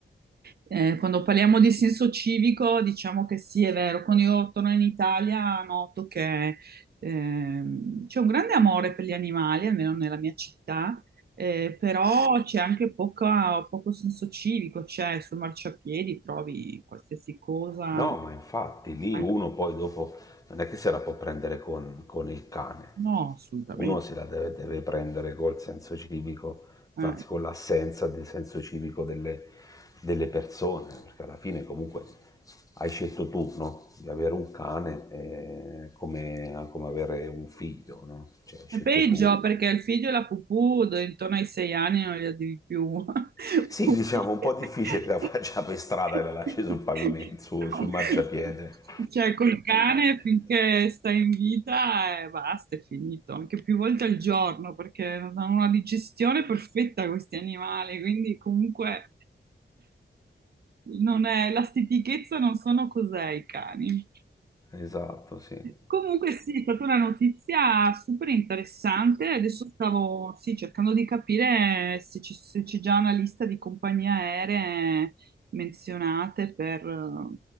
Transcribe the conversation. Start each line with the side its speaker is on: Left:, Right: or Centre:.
Right: eh, quando parliamo di senso civico, diciamo che sì, è vero. Quando io torno in Italia noto che ehm, c'è un grande amore per gli animali, almeno nella mia città, eh, però c'è anche poca- poco senso civico, cioè sul marciapiedi trovi qualsiasi cosa.
Left: No, ma infatti lì
Right: anche-
Left: uno poi dopo non è che se la può prendere con, con il cane,
Right: No, assolutamente.
Left: uno se la deve, deve prendere col senso civico, anzi
Right: Eh,
Left: con l'assenza di senso civico delle, delle persone, perché alla fine comunque hai scelto tu, no? Di avere un cane eh, come, come avere un figlio, no? Cioè hai scelto
Right: È peggio
Left: tu.
Right: perché il figlio e la pupù d- intorno ai sei anni non li devi più. <laughs>
Left: Sì, diciamo, un po' difficile che la faccia per strada e la lasci sul pavimento, su- sul marciapiede.
Right: Cioè, col cane finché
Left: <laughs>
Right: sta in vita e basta, è finito. Anche più volte al giorno perché hanno una digestione perfetta questi animali, quindi comunque non è, la stitichezza non sono cos'è i cani.
Left: Esatto, sì.
Right: Comunque sì, è stata una notizia super interessante. Adesso stavo sì, cercando di capire se ci- se c'è già una lista di compagnie aeree menzionate per... ehm,